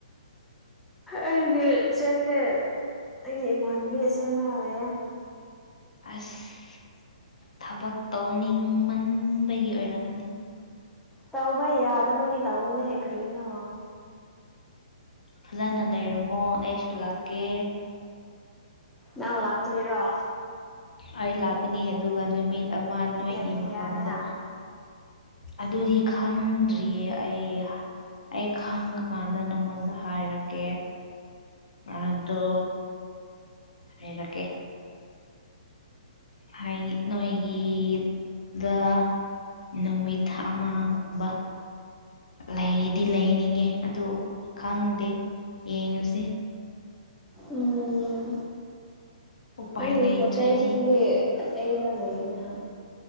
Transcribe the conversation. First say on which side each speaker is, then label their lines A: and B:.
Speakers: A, in the centre; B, on the left.
A: ꯑꯩꯗꯤ ꯁꯦꯝꯗꯦ ꯑꯩꯒꯤ ꯏꯃꯥꯟꯅꯕꯤ ꯁꯦꯝꯒ ꯂꯩꯌꯦ
B: ꯑꯁ ꯊꯕꯛ ꯇꯧꯅꯤꯡꯃꯟꯕꯒꯤ ꯑꯣꯏꯔꯝꯃꯅꯤ
A: ꯇꯧꯕ ꯌꯥꯗꯕꯒꯤ ꯇꯧꯔꯅꯦ ꯀꯔꯤꯅꯣ
B: ꯐꯖꯅ ꯂꯩꯔꯝꯃꯣ ꯑꯩꯁꯨ ꯂꯥꯛꯀꯦ
A: ꯅꯪ ꯂꯥꯛꯇꯣꯏꯔꯣ
B: ꯑꯩ ꯂꯥꯛꯀꯅꯤ ꯑꯗꯨꯒ ꯅꯨꯃꯤꯠ ꯑꯃ ꯅꯣꯏꯒꯤ
A: ꯗꯦꯠ ꯀꯌꯥꯗ
B: ꯃꯐꯝꯗ ꯑꯗꯨꯗꯤ ꯈꯪꯗ꯭ꯔꯤꯌꯦ ꯑꯩ ꯑꯩ ꯈꯪꯉꯥꯀꯥꯟꯗ ꯅꯪꯉꯣꯟꯗ ꯍꯥꯏꯔꯛꯀꯦ ꯑꯗꯣ ꯍꯥꯏꯔꯒꯦ ꯍꯥꯏ ꯅꯣꯏ ꯒꯤꯗ ꯅꯨꯃꯤꯠ ꯑꯃꯒꯨꯝꯕ ꯂꯩꯗꯤ ꯂꯩꯅꯤꯡꯉꯦ ꯑꯗꯨ ꯈꯪꯗꯦ ꯌꯦꯡꯉꯁꯦ
A: ꯎꯝ
B: ꯎꯄꯥꯏ
A: ꯅꯪꯒꯤ
B: ꯂꯩꯇ꯭ꯔꯗꯤ
A: ꯄꯣꯠꯆꯁꯤꯡꯗꯤ ꯑꯇꯩꯗ ꯂꯩꯅ